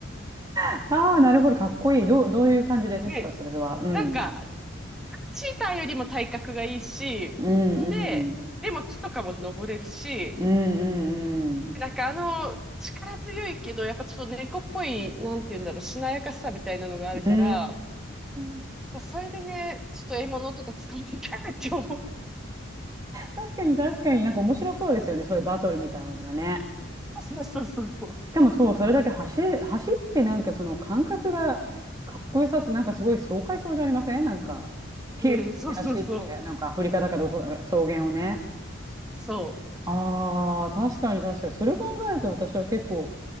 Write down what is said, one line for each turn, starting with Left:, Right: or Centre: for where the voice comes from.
Right: はは。ああ、なるほど。かっこいい。どう、どういう感じですか、
Centre: <laughs> ね。
Right: それは。うん。
Centre: なんか、チーターよりも体格がいいし、んで、
Right: うんうん。
Centre: でも木とかも登れるし、
Right: うんうん
Centre: なんかあの、力強いけど、やっぱちょっと猫っぽい、なんて言うんだろう、しなやかさみたいなのがあるから、
Right: うん。うん。
Centre: それでね、ちょっと獲物とか掴みたいって思う。
Right: 確かに確かになんか面白そうですよね。そういうバトルみたいなのがね。
Centre: <laughs> そうそうそうそう。
Right: しかもそう、それだけ走れ、走ってなんかその感覚がかっこよさすなんかすごい爽快そうじゃありませんなんか、ピューって走って、
Centre: うん、そうそうそう。
Right: なんかアフリカだかどこだか草原をね。
Centre: そう。
Right: ああ、確かに確かに。それを考えると私は結構